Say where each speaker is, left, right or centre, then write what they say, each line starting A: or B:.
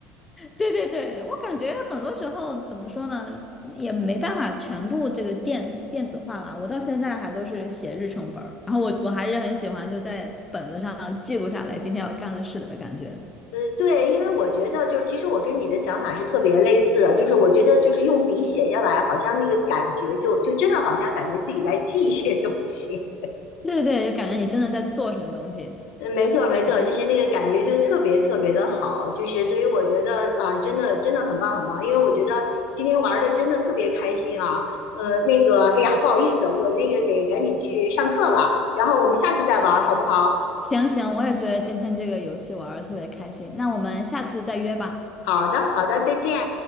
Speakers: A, on the left; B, on the left.
A: 对对对，我感觉很多时候怎么说呢，也没办法全部这个电电子化吧。我到现在还都是写日程本儿，然后我我还是很喜欢就在本子上记录下来今天要干的事的感觉。
B: 呃，对，因为我觉得就是，其实我跟你的想法是特别类似的，就是我觉得就是用笔写下来，好像那个感觉就就真的好像感觉自己在记一些东西。
A: 对对对，就感觉你真的在做什么东西。
B: <laughs> 嗯，没错没错，
A: 是的。
B: 就是那个感觉就特别特别的好，就是所以我觉得啊，真的真的很棒很棒，因为我觉得今天玩的真的特别开心啊。呃，那个，哎呀，不好意思，我那个得赶紧去上课了，然后我们下次再玩好不好？
A: 行行，我也觉得今天这个游戏玩的特别开心，那我们下次再约吧，
B: 好的好的，再见。